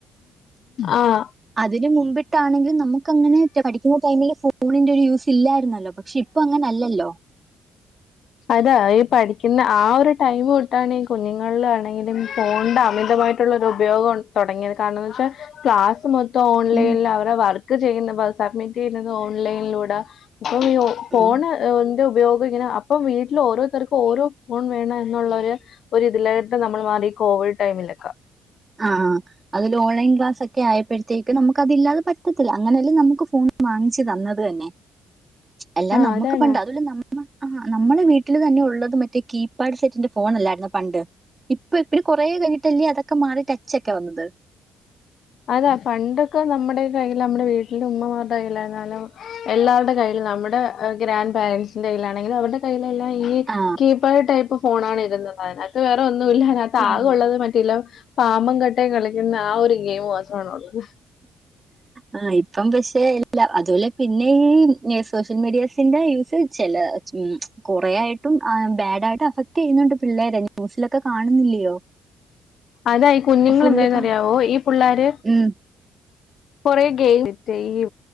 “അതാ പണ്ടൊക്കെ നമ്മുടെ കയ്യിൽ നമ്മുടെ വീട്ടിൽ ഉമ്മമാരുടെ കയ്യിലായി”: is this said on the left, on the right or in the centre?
Left